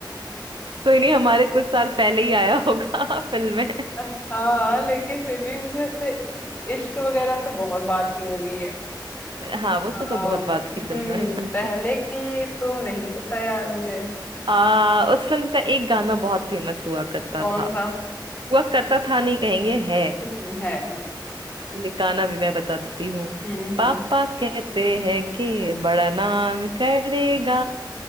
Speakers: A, on the right; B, on the left.
A: नहीं हमारे कुछ साल पहले ही आया होगा फिल्म में
B: हाँ लेकिन फिर भी मुझे ऐसे इश्क वगैरह तो बहुत बात की मूवी है
A: हाँ वो
B: आ,
A: सो तो बहुत बात
B: हम्म
A: की फिल्म है
B: पहले की तो नहीं पता यार मुझे
A: आ, उस फिल्म का एक गाना बहुत फेमस हुआ करता
B: कौन
A: था
B: सा
A: हुआ करता था नहीं कहेंगे है
B: हम्म है हम
A: चलिए गाना भी मैं बता देती हूँ
B: हम्म
A: पापा
B: हम्म।
A: कहते हैं कि बड़ा नाम करेगा